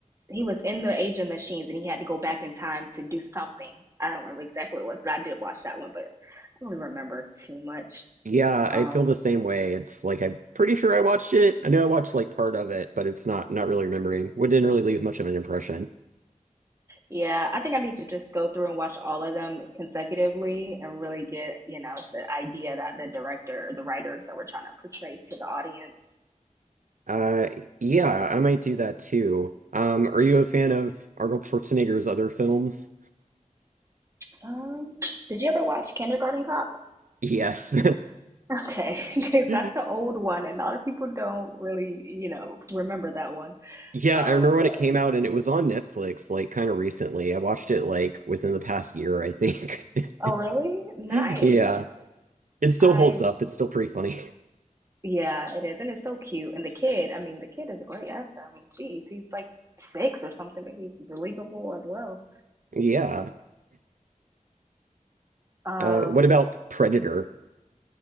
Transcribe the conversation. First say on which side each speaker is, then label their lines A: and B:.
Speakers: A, on the right; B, on the right.
A: he was in the Age of Machines and he had to go back in time to do something. I don't remember exactly what it was, but I did watch that one, but I don't really remember too much.
B: Yeah, I
A: Um,
B: feel the same way. It's like I'm pretty sure I watched it. I know I watched like part of it, but it's not not really remembering. What didn't really leave much of an impression.
A: yeah, I think I need to just go through and watch all of them consecutively and really get, you know, the idea that the director, the writers that we're trying to portray to the audience.
B: Uh, yeah, I might do that too. Um, are you a fan of Arnold Schwarzenegger's other films?
A: Um, did you ever watch Kindergarten Cop?
B: Yes.
A: Okay, because
B: <laughs>
A: <laughs> that's the old one, and a lot of people don't really, you know, remember that one.
B: Yeah,
A: Um,
B: I remember when
A: but
B: it came out and it was on Netflix like kind of recently. I watched it like within the past year, I think. <laughs>
A: oh, really? Nice.
B: Yeah. It still
A: I
B: holds up. It's still pretty funny. <laughs>
A: Yeah, it is. And it's so cute. And the kid, I mean, the kid is a great actor. I mean, geez, he's like six or something, but he's believable as well.
B: Yeah.
A: Um,
B: Uh, what about Predator?